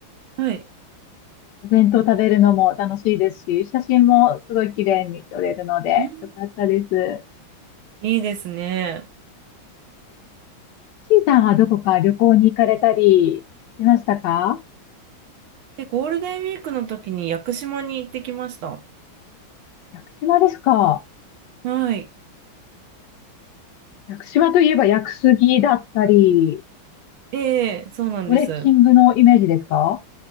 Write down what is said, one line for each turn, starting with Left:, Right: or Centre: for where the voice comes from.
Right: はい。
Left: お弁当食べるのも楽しいですし、写真もすごい綺麗に撮れるので、
Right: うん
Left: よかったです。
Right: いいですね。
Left: ちいさんはどこか旅行に行かれたりしましたか
Right: で、ゴールデンウィークの時に屋久島に行ってきました。
Left: 屋久島ですか
Right: はい。
Left: 屋久島といえば屋久杉だったり、
Right: ええ、そうなんです。
Left: トレッキングのイメージですか